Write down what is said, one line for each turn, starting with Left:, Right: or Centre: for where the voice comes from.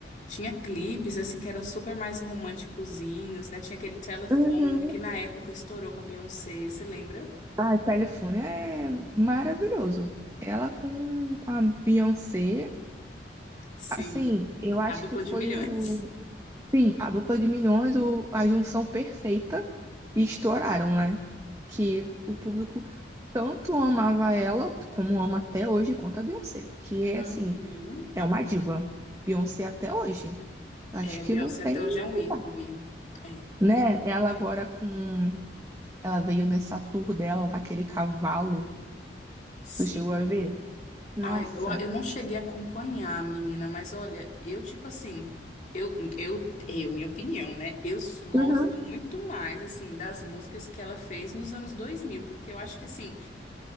Left: tinha clipes assim que eram super mais românticozinhos, né? Tinha aquele telefone
Right: Uhum.
Left: que na época estourou com a Beyoncé, você lembra?
Right: Ah, Califórnia é maravilhoso. Ela com, com a Beyoncé,
Left: Sim,
Right: assim, eu acho
Left: a dupla
Right: que foi
Left: de milhões.
Right: o Sim, a dupla de milhões, o, a junção perfeita, e estouraram, né? Que o público tanto amava ela, como ama até hoje, quanto a Beyoncé, que é
Left: Uhum.
Right: assim, é uma diva. Beyoncé até hoje. Acho
Left: É,
Right: que
Left: a Beyoncé
Right: não tem,
Left: até hoje é um
Right: não
Left: ícone.
Right: vai,
Left: É,
Right: né? Ela agora com. Ela veio nessa tour dela, naquele cavalo.
Left: sim.
Right: Tu chegou a ver? Nossa.
Left: Ai, eu, eu não cheguei a acompanhar, menina, mas olha, eu, tipo assim, eu, eu, eu, minha opinião, né? Eu s- gosto
Right: Uhum,
Left: muito mais, assim, das músicas que ela fez nos anos 2000 porque eu acho que, assim,